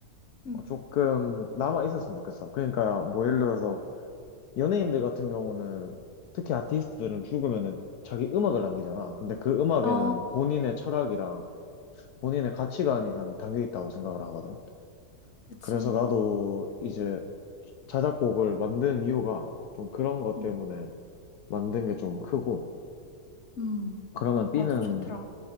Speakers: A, on the left (about 45°); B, on the left (about 75°).
A: 음.
B: 조금 남아 있었으면 좋겠어. 그러니까 뭐 예를 들어서 연예인들 같은 경우는 특히 아티스트들은 죽으면은 자기 음악을 남기잖아. 근데 그 음악에는
A: 아,
B: 본인의 철학이랑 본인의 가치관이 난 담겨 있다고 생각을 하거든.
A: 그치.
B: 그래서 나도 이제 자작곡을 만든 이유가 좀 그런 것
A: 음,
B: 때문에 만든 게 좀 크고.
A: 음,
B: 그러면 B는
A: 맞아, 좋더라.